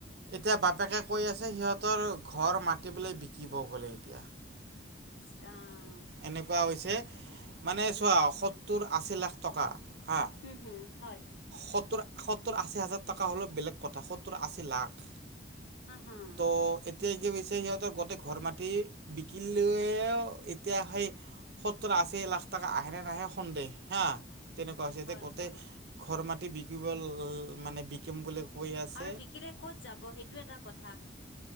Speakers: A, on the right; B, on the left.
A: এতিয়া বাপেকে কৈ আছে, সিহঁতৰ ঘৰ মাতিবেললৈ বিকিব বোলে এতিয়া।
B: ইচৰাম।
A: এনেকুৱা হৈছে, ‌ মানে
B: হম হম
A: চোৱা সত্তৰ আশী লাখ টকা হাঁ।
B: উম', হুম, হয়।
A: সত্তৰ সত্তৰ আশী হাজাৰ টকা হ'লেও বেলেগ কথা, সত্তৰ আশী লাখ।
B: হা হা
A: ত', ‌ এতিয়া কিছে সিহঁতৰ গোটেই ঘৰ মাটি বিকিলেয় এতিয়া সেই সত্তৰ আশী লাখ টকা আহে নে নাহে সন্দেহ, হা। তেনেকুৱা হৈছে
B: হয়
A: যে গোটেই
B: হয়
A: ঘৰ মাটি বিকিব মানে বিকম বুলি কৈ আছে
B: আৰু বিকিলে ক'ত যাব, সেইটো এটা কথা।